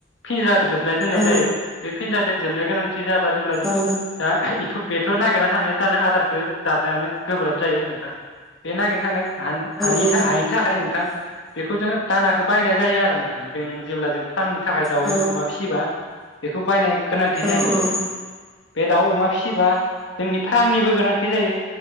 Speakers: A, on the left; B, in the centre.
A: फिनज्रा गोजोब नाय दोननाय जायो
B: औ
A: बे फिनज्रा दोजोबनाय <unintelligible> थ'
B: औ
A: बेथ' नागिरना थांनाय जानाय आदारखो <unintelligible> गोब्राब जायो नोंथां। बे नागिरनो थांनाय हान हानि
B: औ
A: थाख हायिनि थाखाय नोंथां। बेखौ जोंङो दानाखौ बायनाय जायो आरो नोंथां <unintelligible> जेब्ला जों फार्मनि थाखाय। दाउनो
B: औ
A: अमा फियोबा बेखौ बायनाय गोनांथि जायो
B: औ
A: नोंथां। बे दाउ अमा फिसिबा जोंनि खामनिबो गोनांथि जायो